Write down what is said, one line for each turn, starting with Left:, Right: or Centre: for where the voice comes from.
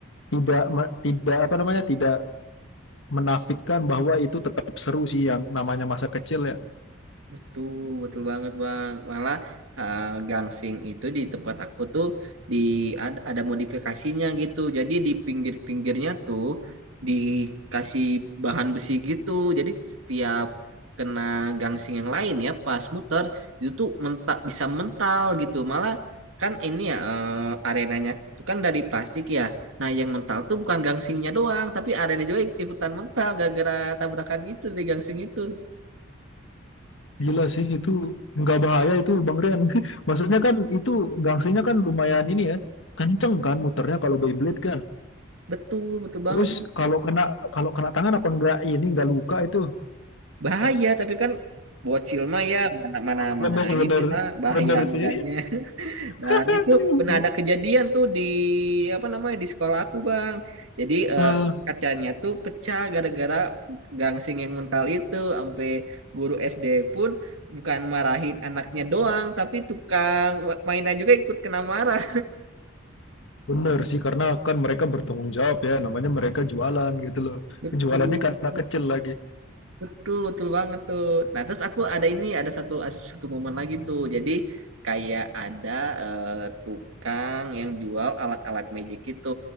Left: tidak me- tidak apa namanya tidak menafikan bahwa itu tetap seru sih yang namanya masa kecil ya.
Right: Betul, betul banget Bang. Malah eh, gangsing itu di tempat aku tuh di ada, ada modifikasinya gitu. Jadi di pinggir-pinggirnya tuh dikasih bahan besi gitu. Jadi setiap kena gangsing yang lain ya pas muter itu tuh mentak bisa mental gitu. Malah kan ini ya eh, arenanya tuh kan dari plastik ya. Nah, yang mental tuh bukan gangsingnya doang, tapi arena juga ikutan mental gara-gara tabrakan itu di gangsing itu.
Left: Gila sih itu nggak bahaya itu Bang Rian. <laughs> Maksudnya kan itu gangsinya kan lumayan ini ya. Kenceng kan muternya kalau Beyblade kan.
Right: Betul, betul banget.
Left: Terus kalau kena kalau kena tangan apa enggak ini enggak luka itu.
Right: Bahaya, tapi kan bocil mah ya mana mana
Left: Bener-bener.
Right: mana inilah bahaya
Left: Bener sih.
Right: enggaknya. <laughs>
Left: <laughs>
Right: Dan itu pernah ada kejadian tuh di apa namanya di sekolah aku, Bang. Jadi eh,
Left: Ah,
Right: kacanya tuh pecah gara-gara gangsing yang mental itu sampai guru SD pun bukan marahin anaknya doang, tapi tukang mainan juga ikut kena marah.
Left: bener sih karena kan mereka bertanggung jawab ya namanya mereka jualan gitu loh.
Right: <laughs> Betul.
Left: Jualannya karena kecil lagi.
Right: Betul, betul banget tuh. Nah, terus aku ada ini, ada satu satu momen lagi tuh. Jadi kayak ada eh, tukang yang jual alat-alat magic gitu.